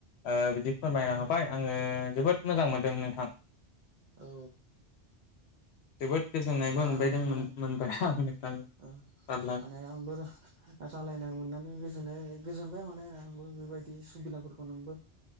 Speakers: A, on the left (about 70°); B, on the right (about 55°).
A: ओ बिदि फोरमायना
B: औ
A: होबाय आङो जोबोद मोजां मोनदों नोंथां।
B: औ
A: जोबोद गोजोननायबो
B: दा
A: मोनबायदों
B: आंबो माने
A: मोनबाय आं। नोंथांजों
B: ओ
A: रायज्लायना
B: माने आंबो रायलायनायनो मोननानै गोजोननाय गोजोनबाय माने। आंबो बेबायदि सुबिदाफोरखौ नोंबो